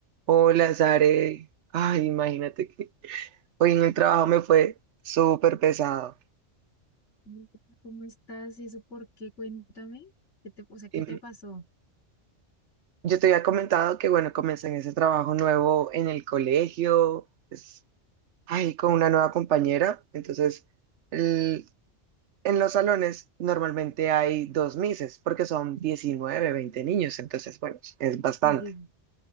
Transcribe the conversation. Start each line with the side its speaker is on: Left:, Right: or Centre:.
Right: Hola, Sare. Ay, imagínate que hoy en el trabajo me fue súper pesado.
Left: Hola, ¿Cómo estás? ¿Y eso por qué? Cuéntame. ¿Qué te, o sea, ¿qué
Right: Y
Left: te pasó?
Right: yo te había comentado que, bueno, comencé en ese trabajo nuevo en el colegio, pues, ay, con una nueva compañera. Entonces, el- en los salones normalmente hay dos mises, porque son 19, 20 niños. Entonces, bueno, es bastante.
Left: Sí, sí.